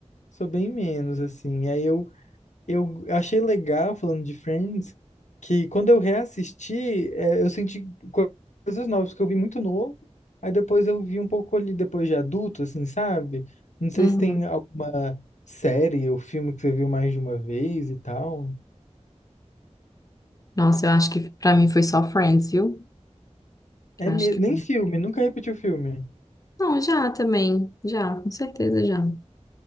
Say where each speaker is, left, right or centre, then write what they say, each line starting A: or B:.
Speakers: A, on the left (about 85°); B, on the left (about 30°).
A: Sou bem menos, assim. Aí eu, eu achei legal, falando de Friends, que quando eu reassisti, é, eu senti co- coisas novas, porque eu vi muito novo. Aí depois eu vi um pouco ali, depois de adulto, assim, sabe? Não sei
B: uhum.
A: se tem alguma série ou filme que você viu mais de uma vez e tal.
B: Nossa, eu acho que pra mim foi só Friends, viu?
A: É
B: Eu
A: mesmo,
B: acho que.
A: nem filme, nunca repeti o filme.
B: Não, já também. Já, com certeza já.